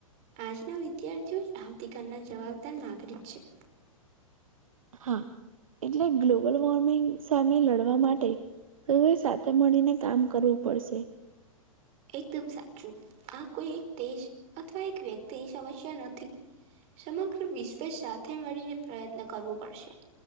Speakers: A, on the right; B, on the right.
A: આજના વિદ્યાર્થીઓ જ આવતીકાલના જવાબદાર નાગરિક છે.
B: હા એટલે ગ્લોબલ વોર્મિંગ સામે લડવા માટે તો એ સાથે મળીને કામ કરવું પડશે.
A: એકદમ સાચું આ કોઈ એક દેશ અથવા એક વ્યક્તિ સમસ્યા નથી સમગ્ર વિશ્વ સાથે મળી ને પ્રયત્ન કરવો પડશે